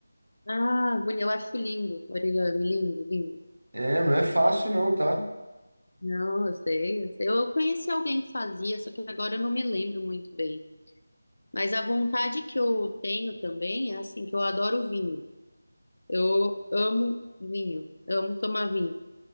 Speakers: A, on the left (about 60°); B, on the right (about 70°).
A: Ah, bonito, eu acho lindo, origami, lindo, lindo.
B: É, não é fácil não, tá?
A: Não, eu sei, eu sei. Eu conheci alguém que fazia, só que agora eu não me lembro muito bem. Mas a vontade que eu tenho também é assim, que eu adoro vinho. Eu amo vinho, amo tomar vinho.